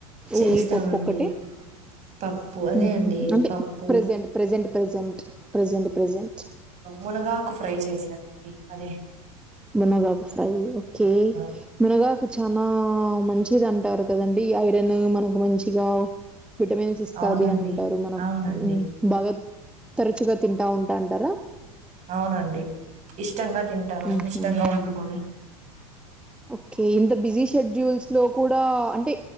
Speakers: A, on the right; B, in the centre.
A: చేస్తామండి
B: ఓన్లీ పప్పు ఒక్కటీ
A: పప్పు అదే
B: మ్ హు
A: అండి
B: అంటే
A: పప్పు
B: present present present present present
A: మునగాకు ఫ్రై చేసానండి అదే
B: మునగాకు ఫ్రై ఓకే
A: ఆ,
B: మునగాకు చనా మంచి మంచిది అంటారు కదండి ఐరన్ మనకు మంచిగా విటమిన్స్ ఇస్తాది
A: అవునండి
B: అని అంటారు మన
A: అవునండి
B: మ్ బాగా తరచుగా తింటా ఉంటాంటారా
A: అవునండి ఇష్టంగా తింటారు
B: ఉహు
A: ఇష్టంగా వండుకొని
B: ఓకే ఇంత బిజీ షెడ్యూల్స్ లో కూడా అంటే